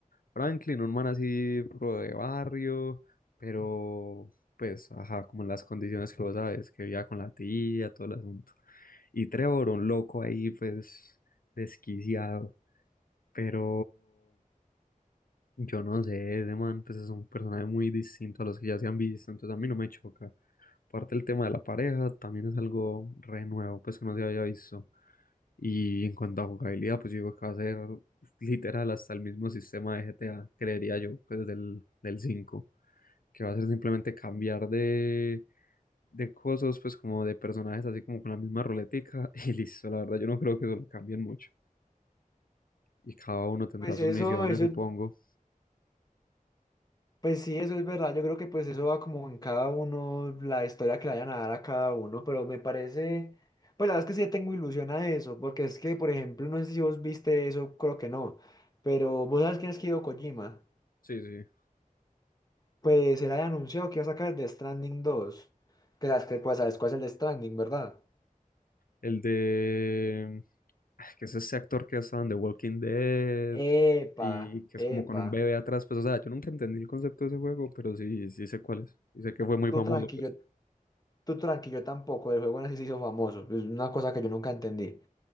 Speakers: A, on the left; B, on the left.
A: Franklin, un man así, pro de barrio, pero, pues, ajá, como en las condiciones que vos sabes, que vivía con la tía, todo el asunto. Y Trevor, un loco ahí, pues, desquiciado. Pero yo no sé, ese man pues es un personaje muy distinto a los que ya se han visto, entonces a mí no me choca. Aparte el tema de la pareja también es algo re nuevo, pues que no se había visto. Y en cuanto a jugabilidad, pues yo digo que va a ser literal hasta el mismo sistema de GTA, creería yo, pues del, del 5. que va a ser simplemente cambiar de, de cosas, pues como de personajes, así como con la misma ruletica <laughs> y listo, la verdad yo no creo que eso lo cambien mucho. Y cada uno tendrá
B: Pues
A: sus
B: eso,
A: misiones,
B: eso,
A: supongo.
B: pues sí, eso es verdad. Yo creo que pues eso va como en cada uno, la historia que le vayan a dar a cada uno, pero me parece, pues la verdad es que sí tengo ilusión a eso, porque es que, por ejemplo, no sé si vos viste eso, creo que no, pero vos sabes quién es Hideo Kojima.
A: Sí, sí.
B: Pues él había anunciado que iba a sacar The Stranding 2. Que sabes que pues, sabes cuál es el The Stranding, ¿verdad?
A: El de... ah, que es ese actor que ha estado en The Walking Dead
B: Epa,
A: y que es como
B: epa.
A: con un bebé atrás, pues o sea, yo nunca entendí el concepto de ese juego, pero sí, sí sé cuál es, y sé que fue muy
B: Tú
A: famoso,
B: tranquilo,
A: pues.
B: tú tranquilo tampoco. El juego así se hizo famoso. Es una cosa que yo nunca entendí.